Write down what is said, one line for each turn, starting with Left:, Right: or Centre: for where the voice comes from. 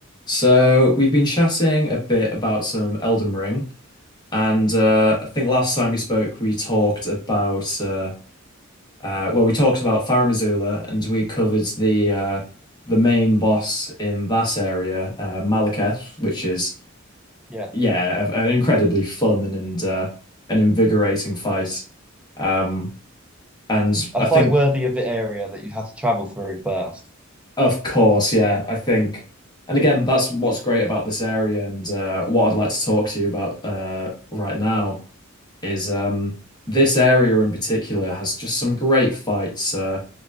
Left: So we've been chatting a bit about some Elden Ring, and uh, I think last time we spoke, we talked about uh, uh, well, we talked about Farum Azula, and we covered the uh, the main boss in that area, uh, Malekith, which is
Centre: Yeah.
Left: yeah, a, an incredibly fun and and uh, an invigorating fight. Um, and
Centre: A
Left: I think,
Centre: fight worthy of the area that you have to travel through first.
Left: of course, yeah, I think. And again, that's what's great about this area and uh, what I'd like to talk to you about uh, right now is um this area in particular has just some great fights uh